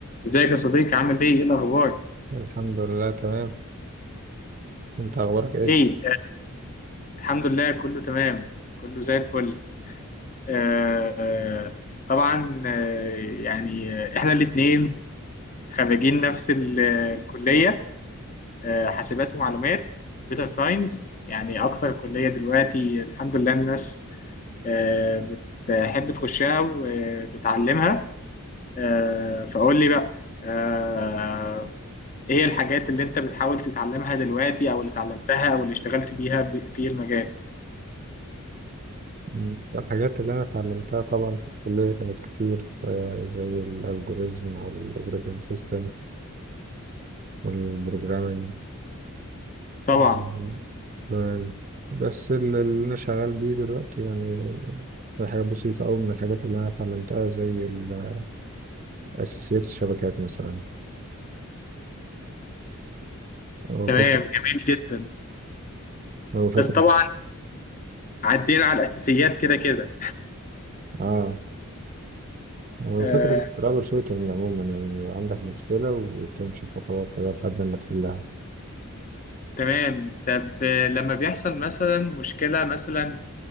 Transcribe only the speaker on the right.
الحمد لله تمام انت اخبارك ايه
مم. الحاجات اللي انا اتعلمتها طبعا في الكليه كانت كتير آه، زي الالجوريزم والاوبريتنج سيستم والبروجرامينج
آه، تمام بس ال- اللي انا شغال بيه دلوقتي يعني حاجه بسيطه قوي من الحاجات اللي انا اتعلمتها زي ال- اساسيات الشبكات مثلا او
فكره
او فكره
اه او
فكره الترابل شوتنج عموما يعني بيبقى عندك مشكله وتمشي خطوات كده لحد ما تحلها